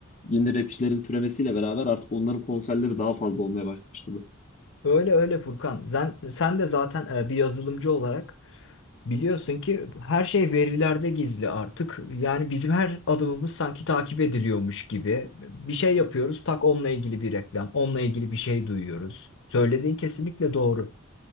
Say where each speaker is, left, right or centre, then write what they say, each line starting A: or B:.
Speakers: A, on the left; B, on the left.
A: yeni rapçilerin türemesiyle beraber artık onların konserleri daha fazla olmaya başladı.
B: Öyle öyle Furkan. Sen, sen de zaten e, bir yazılımcı olarak biliyorsun ki her şey verilerde gizli artık. Yani bizim her adımımız sanki takip ediliyormuş gibi. Bir şey yapıyoruz, tak onunla ilgili bir reklam, onunla ilgili bir şey duyuyoruz. Söylediğin kesinlikle doğru.